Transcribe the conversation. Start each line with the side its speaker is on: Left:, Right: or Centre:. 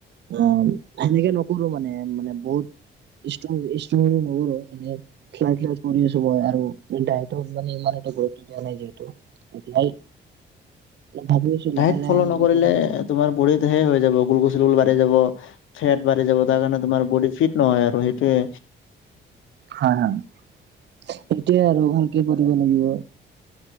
Right: অ সেনেকে নকৰো মানে মানে বহুত ষ্টষ্ট্ৰ বুলি নকৰো এনোইাই কৰি আছো মই আৰু মানে ই গুৰুত্ব দিয়া নাই যিহেতু এতিয়াই ভাবি আছো লাহে
Left: ডাইক
Right: লাহে
Left: ফল'
Right: এইবিলাকো
Left: নকৰিলে
Right: কৰিব হয় হয়।
Left: তোমাৰ বৰিত সে হৈ যাব গোল গছল গোুল বাঢ়ি যাব ফেট বাঢ়ি যাব তাৰ কাৰণে তোমাৰ বডী ফিট নহয় আৰু সেইটোোৱে
Right: হ এইটয় আৰু এখন কি কৰিব লাগিব